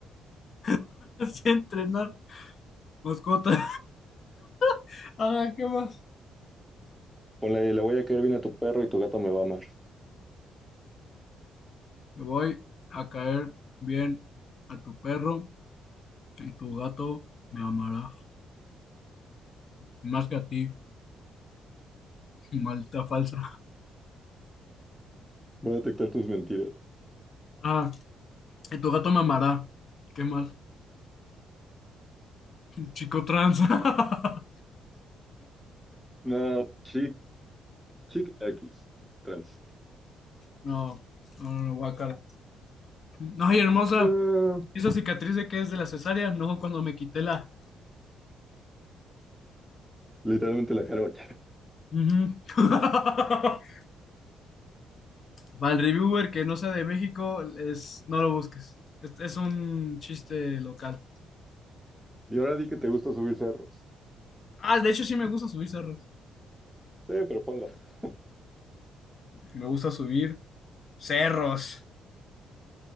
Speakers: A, on the left; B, in the centre.
A: <laughs> Sé entrenar, mascota. <laughs> Ajá, ¿qué más?
B: Ponle, le voy a caer bien a tu perro y tu gato me va a amar.
A: Le voy a caer bien a tu perro y tu gato me amará, más que a ti, <laughs> maldita falsa.
B: Voy a detectar tus mentiras.
A: Ah, y tu gato me amará, ¿qué más? Chico trans. <laughs>
B: No, chic, chic X. Trans.
A: No, no, no, no, guácala. No, y hermosa,
B: Ah,
A: ¿esa cicatriz de qué es de la cesárea? No, cuando me quité la...
B: literalmente la jarocha.
A: Ujú. <laughs> Para el reviewer que no sea de México, es, no lo busques. Es, es un chiste local.
B: Y ahora di que te gusta subir cerros.
A: Ah, de hecho sí me gusta subir cerros.
B: Sí, pero ponlo. <laughs>
A: Me gusta subir cerros.